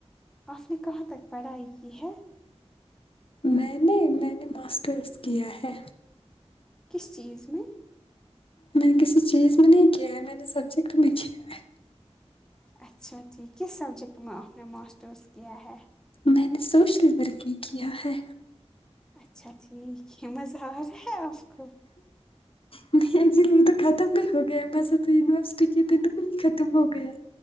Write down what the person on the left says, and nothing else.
میں نے میں نے ماسٹرس کیا ہے
میں نے کسی چیز میں نہیں کیا ہے میں نے سبجیکٹ میں کیا ہے
میں نے سوشل ورک بھی کیا ہے
نہیں ایکچولی وہ تو ختم بھی ہو گیا وسے ا تو یونیورسٹی کے دن میں ہی ختم ہو گیا